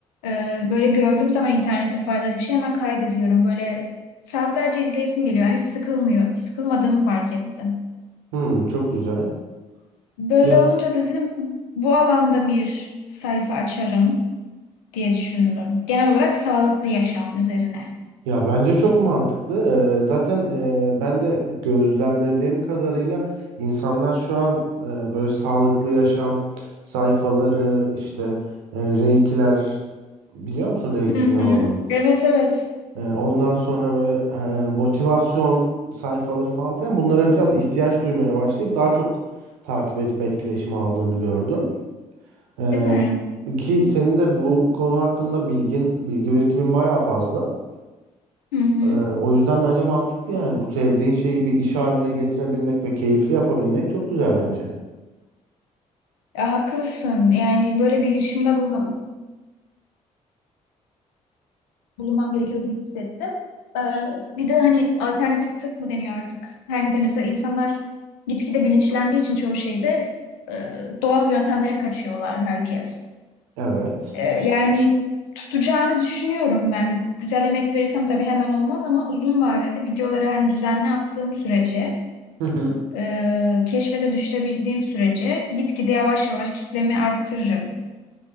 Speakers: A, on the left (about 70°); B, on the right (about 70°).
A: Ee, böyle gördüğüm zaman internette faydalı bir şey hemen kaydediyorum. Böyle saatlerce izleyesim geliyor. Yani hiç sıkılmıyor. Sıkılmadığımı fark ettim.
B: Hmm, çok güzel.
A: Böyle
B: Ya
A: olunca da dedim bu alanda bir sayfa açarım diye düşündüm. Genel olarak sağlıklı yaşam üzerine.
B: ya bence çok mantıklı. Ee, zaten e, ben de gözlemlediğim kadarıyla insanlar şu an e, böyle sağlıklı yaşam sayfaları işte e, reikiler biliyor musun reikin
A: Hı
B: ne olduğunu?
A: hı. Evet evet.
B: Ee, Ondan sonra böyle e, motivasyon sayfaları falan filan bunlara biraz ihtiyaç duymaya başlayıp daha çok takip edip etkileşim aldığını gördüm. Ee,
A: Değil mi?
B: ki senin de bu konu hakkında bilgin, bilgi birikimin bayağı fazla.
A: Hı hı.
B: Ee, o yüzden bence mantıklı yani bu sevdiğin şeyi bir iş haline getirebilmek ve keyifli yapabilmek çok güzel bence.
A: Ya, haklısın. Yani böyle bir girişimde bulun- bulunmam gerekiyor gibi hissettim. Ee, bir de hani alternatif tıp mı deniyor artık? Her ne denirse insanlar gitgide bilinçlendiği için çoğu şeyde e, doğal yöntemlere kaçıyorlar herkes.
B: Evet.
A: Ee, yani tutacağını düşünüyorum ben. Güzel emek verirsem tabii hemen olmaz ama uzun vadede videoları hani düzenli attığım sürece
B: <laughs>
A: e, keşfete düşürebildiğim sürece gitgide yavaş yavaş kitlemi arttırırım.